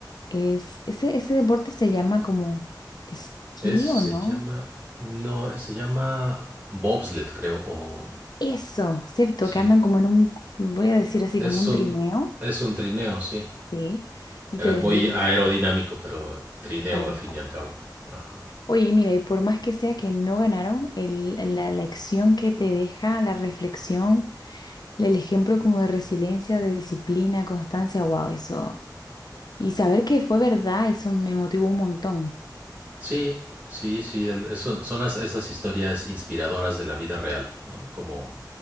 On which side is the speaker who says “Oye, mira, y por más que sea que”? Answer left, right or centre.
Left